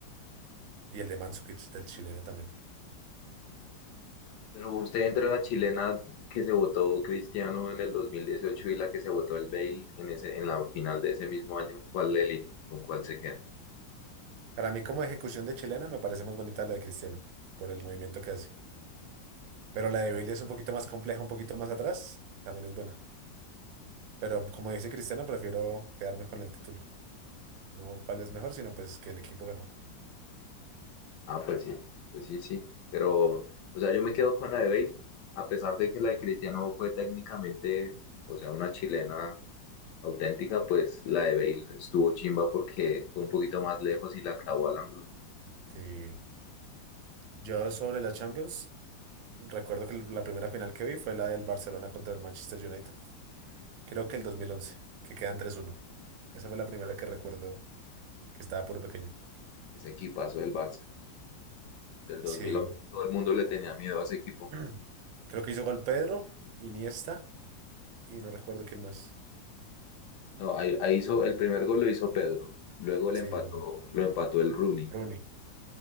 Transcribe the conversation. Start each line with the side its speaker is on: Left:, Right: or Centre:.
Right: y el de Mandzukic del chilena también.
Left: Pero usted entre la chilena que se votó Cristiano en el 2018 y la que se votó el Bale en ese, en la final de ese mismo año, ¿cuál le elige? ¿Con cuál se queda?
Right: Para mí, como ejecución de chilena, me parece más bonita la de Cristiano, por el movimiento que hace. Pero la de Bale es un poquito más compleja, un poquito más atrás, también es buena. Pero como dice Cristiano, prefiero quedarme con el título. No cuál es mejor, sino pues que el equipo ganó.
Left: Ah, pues sí, pues sí, sí. Pero, o sea, yo me quedo con la de Bale, a pesar de que la de Cristiano fue técnicamente, o sea, una chilena auténtica, pues la de Bale estuvo chimba porque fue un poquito más lejos y la clavó al ángulo.
Right: Sí. Yo sobre la Champions, recuerdo que la primera final que vi fue la del Barcelona contra el Manchester United. Creo que el dos mil once que quedan tres uno Esa fue la primera que recuerdo que estaba puro pequeño.
Left: Ese equipazo del Barça. del 2011.
Right: Sí.
Left: Todo el mundo le tenía miedo a ese equipo.
Right: <clears throat> Creo que hizo gol Pedro, Iniesta y no recuerdo quién más.
Left: No, ahí, ahí hizo el primer gol lo hizo Pedro, luego le
Right: Sí,
Left: empató, lo empató el Rooney,
Right: Rooney.